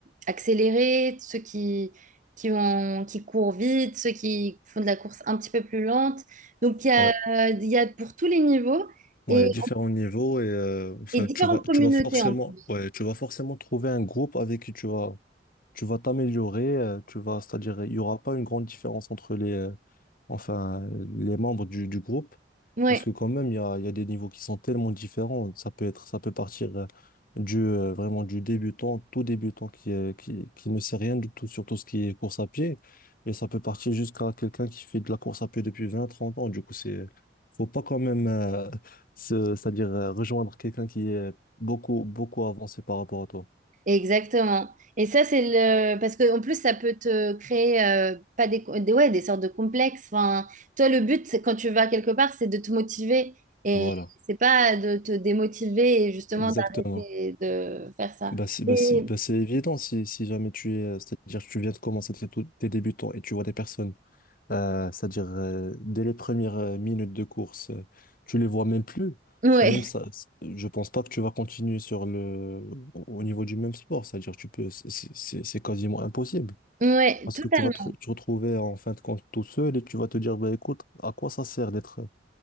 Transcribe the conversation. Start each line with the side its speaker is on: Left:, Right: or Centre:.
Right: accélérée, ceux qui, qui ont, qui courent vite, ceux qui font de la course un petit peu plus lente. Donc il y a,
Left: Ouais.
Right: il y a pour tous les niveaux
Left: Ouais,
Right: et,
Left: il y a différents niveaux et euh, enfin,
Right: et différentes
Left: tu vas,
Right: communautés
Left: tu vas forcément,
Right: en plus.
Left: ouais, tu vas forcément trouver un groupe avec qui tu vas tu vas t'améliorer, euh, tu vas, c'est-à-dire, il n'y aura pas une grande différence entre les, euh, enfin, les membres du, du groupe,
Right: Ouais.
Left: parce que quand même, il y a, il y a des niveaux qui sont tellement différents. Ça peut être, ça peut partir euh, du, euh, vraiment du débutant, tout débutant qui, est- qui, qui ne sait rien du tout sur tout ce qui est course à pied, et ça peut partir jusqu'à quelqu'un qui fait de la course à pied depuis 20 30 ans. Du coup, c'est, faut pas quand même, euh, <laughs> se- c'est-à-dire, euh, rejoindre quelqu'un qui est beaucoup, beaucoup avancé par rapport à toi.
Right: Exactement. Et ça, c'est le... Parce que en plus, ça peut te créer euh, pas des... des- Ouais, des sortes de complexes. Enfin, toi, le but, c'est- quand tu vas quelque part, c'est de te motiver. Et
Left: Voilà,
Right: c'est pas de te démotiver et justement
Left: exactement.
Right: d'arrêter de faire ça.
Left: Bah c'est bah
Right: Et...
Left: c'est bah c'est évident si, si jamais tu es, euh, c'est-à-dire que tu viens de commencer tes, tout- tes débutants et tu vois des personnes, euh, c'est-à-dire euh, dès les premières euh, minutes de course, euh, tu les vois même plus.
Right: Ouais,
Left: Quand même, ça, c- je pense pas que tu vas continuer sur le, au au niveau du même sport, c'est-à-dire tu peux, c'est c'est- c'est- c'est quasiment impossible.
Right: <laughs> ouais,
Left: Parce
Right: totalement.
Left: que tu vas te, re- te retrouver en fin de compte tout seul et tu vas te dire, bah écoute, à quoi ça sert d'être